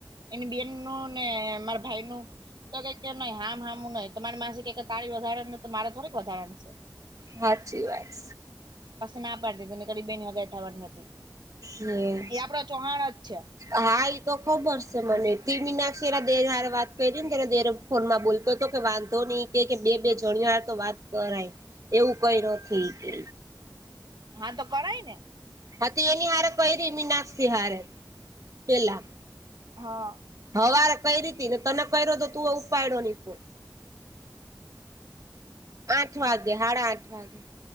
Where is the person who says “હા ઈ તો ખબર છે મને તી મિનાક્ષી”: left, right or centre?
Right